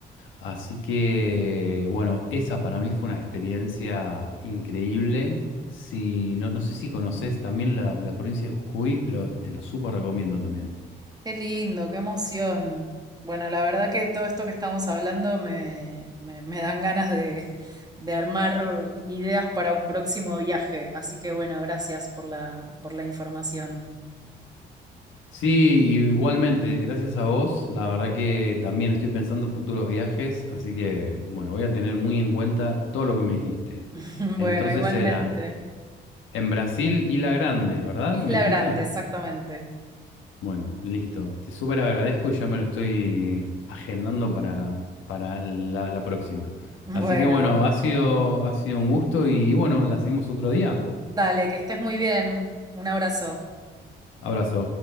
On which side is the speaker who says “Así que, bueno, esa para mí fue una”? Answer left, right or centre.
Left